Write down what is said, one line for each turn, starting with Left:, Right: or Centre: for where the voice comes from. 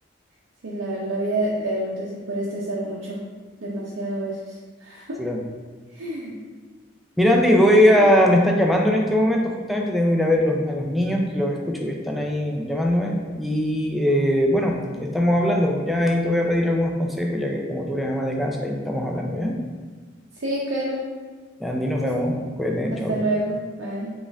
Right: Sí, la, la vida de adulto sí puede estresar mucho, demasiado a veces. <gasps>
Centre: Claro.
Right: <laughs>
Centre: Mira, Andy, voy
Right: Sí,
Centre: a, me están llamando en este momento, justamente tengo que ir a ver los- a los niños, que los escucho que están ahí llamándome. Y eh, bueno, estamos hablando, pues ya ahí te voy a pedir algunos consejos, ya que como tú eres ama de casa, ahí estamos hablando, ¿ya?
Right: Sí, claro.
Centre: Ya, Andy, nos vemos.
Right: Hasta
Centre: Cuídate,
Right: hasta
Centre: chao.
Right: luego. Bye.